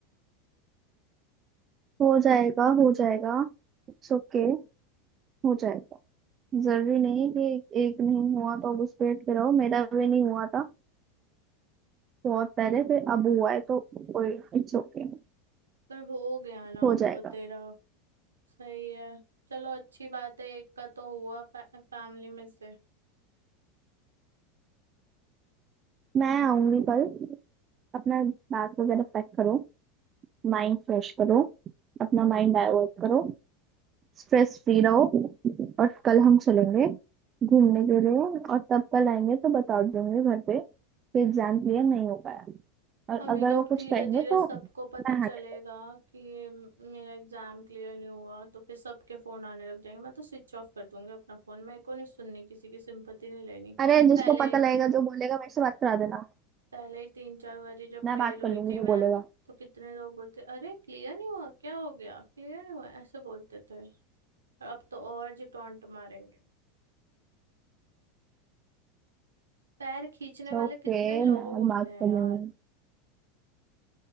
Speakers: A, on the right; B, on the right.
A: हो जाएगा हो जाएगा इट्स ओके हो जाएगा जरूरी नहीं कि एक, एक नहीं हुआ तो अब उस पे अटके रहो मेरा भी नहीं हुआ था बहुत पहले फिर अब हुआ है तो कोई इट्स ओके
B: पर हो गया ना
A: हो
B: अब
A: जाएगा
B: तो तेरा सही है चलो अच्छी बात है एक का तो हुआ फैमिली में से
A: मैं आऊंगी कल अपना बैग वगैरह पैक करो माइंड फ्रेश करो अपना माइंड डाइवर्ट करो स्ट्रेस फ्री रहो और कल हम चलेंगे घूमने के लिए और तब कल आएंगे तो बता देंगे घर पे कि एग्जाम क्लियर नहीं हो पाया और
B: अभी
A: अगर
B: जब
A: वो कुछ
B: धीरे
A: कहेंगे
B: धीरे
A: तो
B: सबको
A: मैं
B: पता चलेगा
A: हैंडल करूँ।
B: कि म- मेरा एग्जाम क्लियर नहीं हुआ तो फिर सबके फोन आने लग जाएंगे मैं तो स्विच ऑफ कर दूंगी अपना फोन मेरे को नहीं सुननी किसी की सिंपत्ति नहीं लेनी
A: अरे जिसको
B: पहले
A: पता
B: ही
A: लगेगा जो बोलेगा मेरे से बात करा देना
B: पहले ही तीन चार बारी जब
A: मैं
B: फेल
A: बात कर
B: हुई
A: लूंगी
B: थी
A: जो बोलेगा
B: मैं तो कितने लोग बोलते अरे क्लियर नहीं हुआ क्या हो गया क्लियर नहीं हुआ ऐसे बोलते थे और अब तो और जी टॉन्ट मारेंगे पैर खींचने
A: सो
B: वाले
A: ओके
B: कितने लोग
A: मैं
B: होते
A: बात
B: हैं
A: कर लूंगी
B: यार